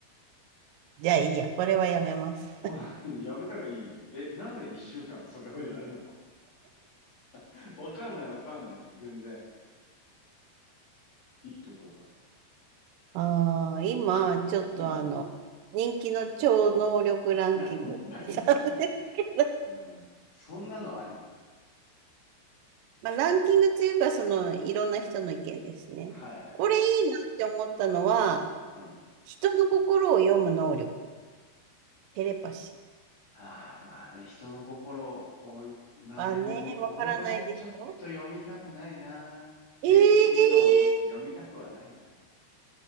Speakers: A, on the right (about 80°); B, on the left (about 40°).
A: <laughs> じゃあいいや、これはやめます。
B: おいやめたがいいよ。え、なぜ一週間それをやるの <laughs> わかんないわかんない。もう全然。いいとこが。
A: ああ、今、ちょっとあの、
B: うんうん。
A: 人気の超能力ランキング。
B: な、何それ。
A: <laughs>
B: うん。そんなのあるの
A: まあ、ランキングというか、その、いろんな人の意見ですね。
B: はいはいはい。
A: これいいなって思ったのは、
B: うん。
A: 人の心を読む能力、テレパシー
B: ああ、まあね、人の心を、まあでも、
A: はね、わからないでしょ
B: 俺はちょっと読みたくないな。全員のをよ読みたくはないな。
A: ええ